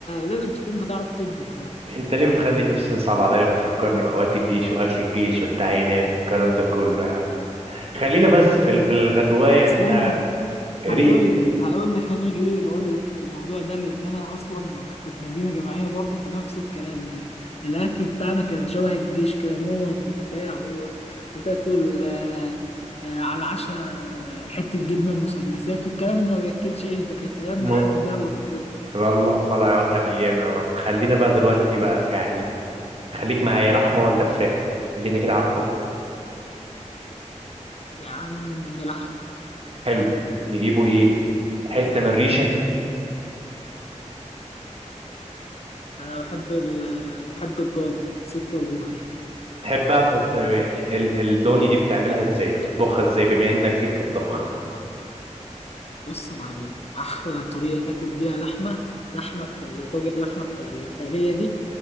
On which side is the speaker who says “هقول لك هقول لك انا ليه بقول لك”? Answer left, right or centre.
Left